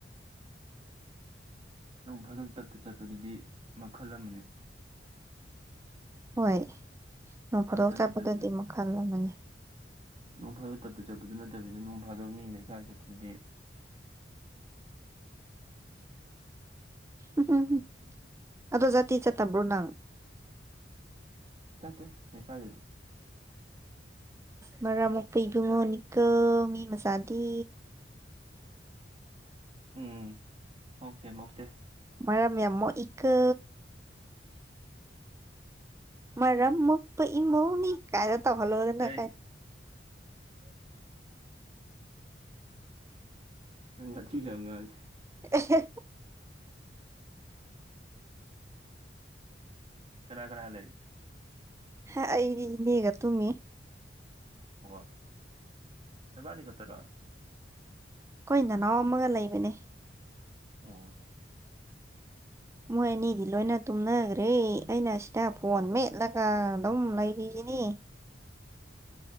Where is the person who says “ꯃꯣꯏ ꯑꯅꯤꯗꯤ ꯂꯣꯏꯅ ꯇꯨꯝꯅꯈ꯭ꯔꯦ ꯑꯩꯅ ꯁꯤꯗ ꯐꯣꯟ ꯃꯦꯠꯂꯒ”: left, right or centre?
Right